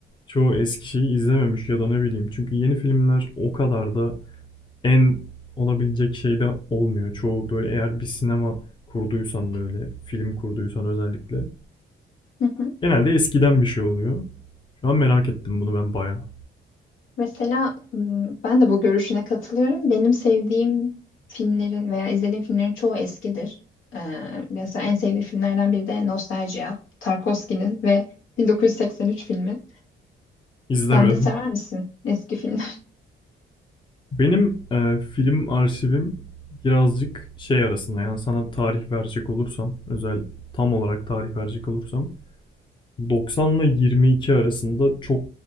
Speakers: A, on the left; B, on the left.
A: çoğu eski şeyi izlememiş ya da ne bileyim. Çünkü yeni filmler o kadar da en olabilecek şey de olmuyor. Çoğu böyle eğer bir sinema kurduysan böyle film kurduysan özellikle.
B: Hı hı.
A: Genelde eskiden bir şey oluyor. Şu an merak ettim bunu ben bayağı.
B: Mesela m, ben de bu görüşüne katılıyorum. Benim sevdiğim filmlerin veya izlediğim filmlerin çoğu eskidir. Ee, mesela en sevdiğim filmlerden biri de Nostalgia, Tarkovski'nin ve 1983 filmi.
A: İzlemedim.
B: Sen de sever misin eski filmler?
A: Benim e, film arşivim birazcık şey arasında yani sana tarih verecek olursam özel tam olarak tarih verecek olursam 90 ile 22 arasında çok